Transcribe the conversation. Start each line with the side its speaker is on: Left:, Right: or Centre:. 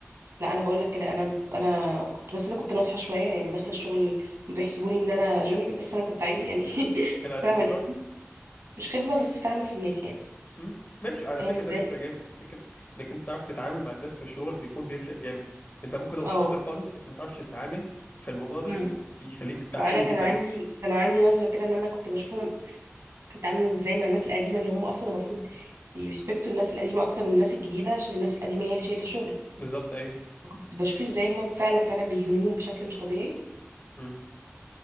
Right: لا انا بقول لك كده انا انا كنت بس انا كنت ناصحه شويه يعني داخله الشغل بيحسبوني ان انا جونيور بس انا كنت عادي يعني <laughs>
Left: كان عندك
Right: فاهمه
Left: خبره
Right: اللي فيه مش خبره بس فاهمه في الناس يعني
Left: مم. ماشي على
Right: فاهم
Left: فكره
Right: ازاي
Left: ده بيفرق جامد فكره انك انت تعرف تتعامل مع الناس في الشغل بيكون بيفرق جامد انت ممكن تبقى
Right: اه
Left: شاطر خالص بس ما تعرفش تتعامل فالموضوع ده
Right: امم
Left: بي... بيخليك تعاني
Right: فانا كان
Left: جدا
Right: عندي كان عندي نظره كده ان انا كنت بشوفهم بيتعاملوا ازاي مع الناس القديمه اللي هم اصلا المفروض يريسبكتوا الناس القديمه اكتر من الناس الجديده عشان الناس القديمه هي اللي شايله الشغل
Left: بالظبط ايوه
Right: فكنت بشوف ازاي هم فعلا فعلا بيهنوهم بشكل مش طبيعي
Left: مم.